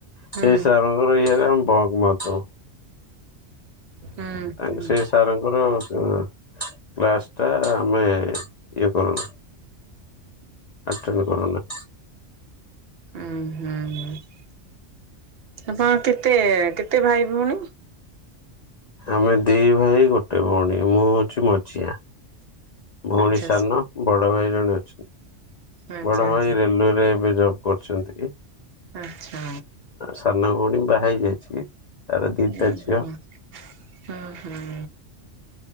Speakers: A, on the left (about 60°); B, on the right (about 60°).
A: ସେଇ
B: ହୁଁ ହୁଁ
A: ସାର୍ ଙ୍କର ଇଆ ରେ ଆମେ ବଙ୍କ୍‌ ମାରୁଥୁବୁ।
B: ହୁଁ
A: ତାଙ୍କ ସେଇ ସାରଙ୍କର କ୍ଲାସ ଟା ଆମେ ଇଏ କରୁନୁ। ଆଟେନ୍‌ କରୁନା।
B: ହୁଁ, ହୁଁ, ହୁଁ। ଆପଣ କେତେ, କେତେ ଭାଇ ଭଉଣୀ?
A: ଆମେ ଦି ଭାଇ, ଗୋଟେ ଭଉଣୀ। ମୁଁ ହଉଛି ମଝିଆ। ଭଉଣୀ
B: ଆଚ୍ଛା
A: ସାନ, ବଡ ଭାଇ ଜଣେ ଅଛନ୍ତି।
B: ଆଚ୍ଛା
A: ବଡ
B: ଆଚ୍ଛା
A: ଭାଇ ରେଲୱେରେ ଏବେ ଜବ କରୁଛନ୍ତି କି?
B: ଆଚ୍ଛା।
A: ସାନ ଭଉଣୀ ବାହା ହେଇ ଯାଇଛି। ତାର ଦିଟା
B: ହୁଁ,
A: ଝିଅ।
B: ହୁଁ, ହଁ, ହଁ।